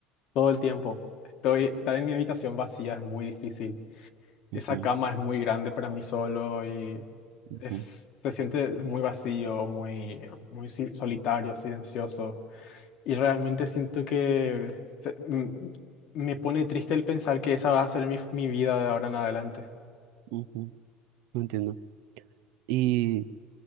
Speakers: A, on the left (about 50°); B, on the right (about 70°).
A: Todo el tiempo. Estoy, estar en mi habitación vacía es muy difícil.
B: Ujú,
A: esa cama es muy grande para mí solo y
B: ujú,
A: es, se siente muy vacío, muy, muy si- solitario, silencioso. Y realmente siento que se- m- me pone triste el pensar que esa va a ser mi, mi vida de ahora en adelante.
B: ujú, No entiendo. y